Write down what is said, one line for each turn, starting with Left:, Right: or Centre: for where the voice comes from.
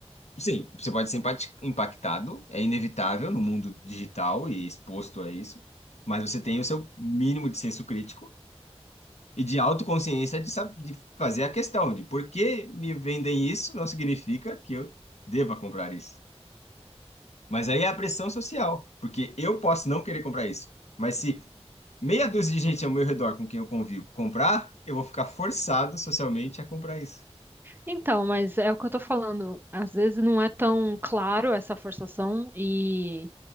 Left: Sim, você pode ser empati- impactado, é inevitável no mundo digital e exposto a isso, mas você tem o seu mínimo de senso crítico e de autoconsciência de, sab- de fazer a questão de por que me vendem isso não significa que eu deva comprar isso. Mas aí é a pressão social, porque eu posso não querer comprar isso, mas se meia dúzia de gente ao meu redor com quem eu convivo comprar, eu vou ficar forçado socialmente a comprar isso.
Right: Então, mas é o que eu tô falando. Às vezes não é tão claro essa forçação e